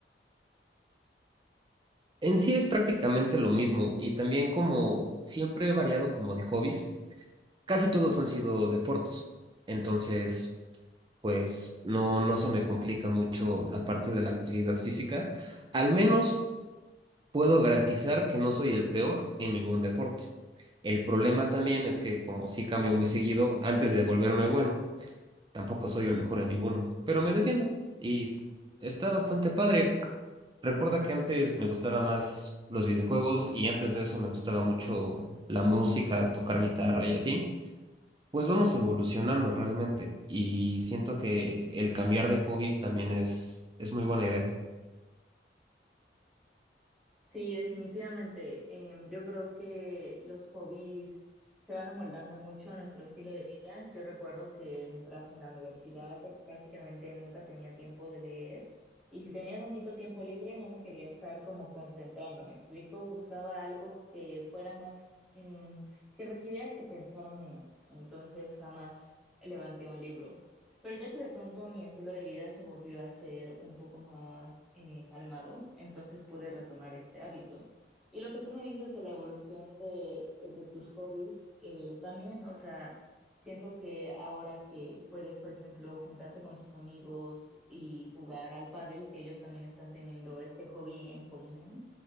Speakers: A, on the right (about 25°); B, in the centre.
A: En sí es prácticamente lo mismo y también como siempre he variado como de hobbies, casi todos han sido deportes. Entonces, pues no, no se me complica mucho la parte de la actividad física. Al menos puedo garantizar que no soy el peor en ningún deporte. El problema también es que como sí cambio muy seguido, antes de volverme bueno, tampoco soy el mejor en ninguno, pero me defiendo y está bastante padre. Recuerda que antes me gustaba más los videojuegos y antes de eso me gustaba mucho la música, tocar guitarra y así. Pues vamos evolucionando realmente y siento que el cambiar de hobbies también es, es muy buena idea.
B: Sí, definitivamente. Em, yo creo que los hobbies se van amoldando mucho a nuestro estilo de vida. Yo recuerdo que mientras en la universidad básicamente nunca tenía tiempo de leer y si tenía tantito tiempo libre no me quería estar como concentrando, ¿me explico? Buscaba algo que fuera más, mm, que requiriera que pensara menos. Entonces jamás levanté un libro. Pero ya que de pronto mi estilo de vida se volvió a ser un poco más eh, calmado, entonces pude retomar este hábito. Y lo que tú me dices de la evolución de, de tus hobbies, eh, también, o sea, siento que ahora que puedes, por ejemplo, juntarte con tus amigos y jugar al pádel, que ellos también están teniendo este hobby en común,